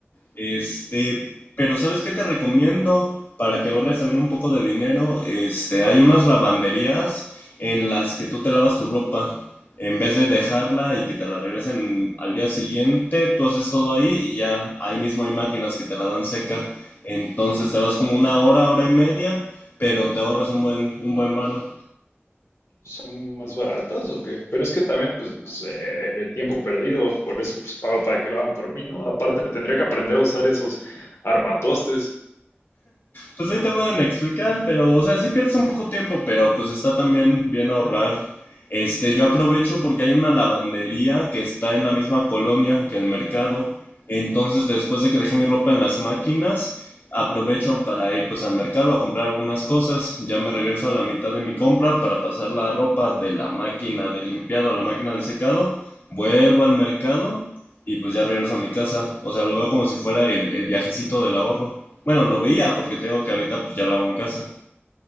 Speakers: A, on the left; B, on the left.
A: Este, pero ¿sabes qué te recomiendo? Para que ahorres también un poco de dinero, este, hay unas lavanderías en las que tú te lavas tu ropa. En vez de dejarla y que te la regresen al día siguiente, tú haces todo ahí y ya ahí mismo hay máquinas que te la dan seca. Entonces te vas como una hora, hora y media, pero te ahorras un buen, un buen varo.
B: ¿Son más baratas o qué? Pero es que también, pues, eh, el tiempo perdido, por eso, pues, pago para que lo hagan por mí, ¿no? Aparte, tendría que aprender a usar esos armatostes.
A: Pues ahí te pueden explicar, pero, o sea, sí pierdes un poco tiempo, pero pues está también bien ahorrar. Este, yo aprovecho porque hay una lavandería que está en la misma colonia que el mercado. Entonces, después de que dejé mi ropa en las máquinas, aprovecho para ir pues al mercado a comprar algunas cosas. Ya me regreso a la mitad de mi compra para pasar la ropa de la máquina de limpiado a la máquina de secado. Vuelvo al mercado y pues ya regreso a mi casa. O sea, lo veo como si fuera el, el viajecito del ahorro. Bueno, lo veía porque tengo que ahorita pues ya lavo en casa.